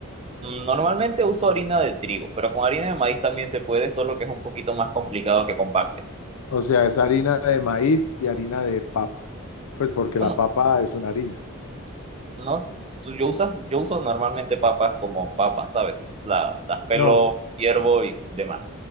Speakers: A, on the right; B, on the left.
A: Mm, Normalmente uso harina de trigo, pero con harina de maíz también se puede, solo que es un poquito más complicado que compacte.
B: O sea, es harina de maíz y harina de papa. Pues porque
A: Bueno,
B: la papa es una harina.
A: no, su- yo uso, yo uso normalmente papas como papas, ¿sabes? La, las pelo,
B: No,
A: hiervo y demás.